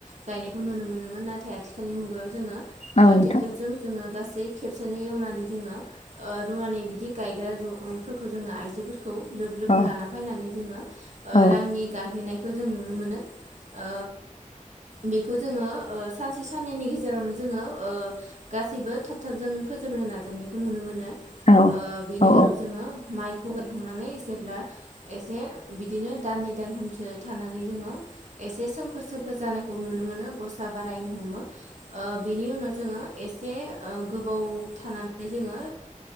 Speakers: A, on the right; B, on the left.
A: गायनायखौ नुनो मोनोमोन नाथाय आथिखालनि मुगायाव जोङो ओ
B: औ नोंथां
A: टेक्टरजों गासै खेबसेनो एवनानै जोङो ओ रुवानि बिदि गायग्रा रुफोरखौ जोङो आइजोफोरखौ खौ लोब-लोब
B: औ
A: लाना फैनानै जोङो ओ
B: औ
A: रांनि गाहे खौ जों नुनो मोनो ओ बेखौ जोङो ओ सानसे साननैनि गेजेरावनो जोङो ओ गासैबो थाब-थाबजों फोजोबनो नाजानायानायखौ नुनो मोनो
B: औ
A: बेनि
B: औ
A: उनाव जोङो माइखौ खौ गायखांनानै जेब्ला एसे बिदिनो दाननै दानथामसो थानानै जोङो एसे सोमखोर-सोमखोर जानायखौ नुनो मोनो गसा बारायनो हमो। ओ बिनि उनाव जोङो से ओ गोबाव थानानै जोङो